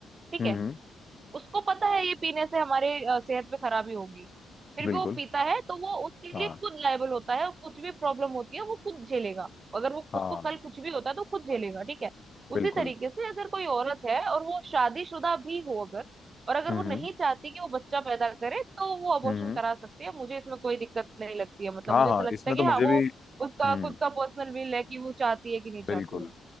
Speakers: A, on the right; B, on the left.
A: ठीक
B: हम्म
A: है उसको पता है ये पीने से हमारे अ, सेहत पे खराबी होगी फिर
B: बिल्कुल
A: भी वो पीता है तो वो उसके
B: हाँ
A: लिए खुद लायबल होता है और कुछ भी प्रॉब्लम होती है वो खुद झेलेगा अगर वो
B: हाँ
A: उसको कल कुछ भी होता है तो खुद झेलेगा ठीक है उसी
B: बिल्कुल
A: तरीके से अगर कोई औरत है और वो शादीशुदा भी हो अगर और अगर
B: हम्म
A: वो नहीं चाहती कि वो बच्चा पैदा करे तो वो अबॉर्शन
B: हम्म
A: करा सकती है मुझे इसमें कोई दिक्कत नहीं लगती है मतलब
B: हाँ
A: मुझे
B: हाँ
A: ऐसा लगता
B: इसमें
A: है कि
B: तो
A: हाँ
B: मुझे
A: वो
B: भी
A: उसका
B: हम्म
A: खुद का पर्सनल विल है कि वो चाहती है कि नहीं चाहती
B: बिल्कुल
A: है